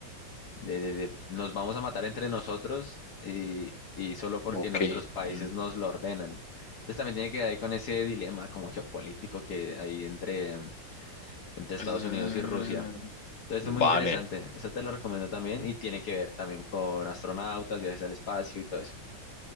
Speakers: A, on the left; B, on the left.
A: de, de- de- nos vamos a matar entre nosotros y, y solo porque
B: Ok.
A: nuestros países
B: mm.
A: nos lo ordenan. Entonces también tiene que ver ahí con ese dilema como geopolítico que hay entre, mm, entre Estados
B: Mm,
A: Unidos y Rusia. Entonces
B: Vale.
A: es muy interesante, esa te la recomiendo también y tiene que ver también con astronautas, viajes al espacio y todo eso.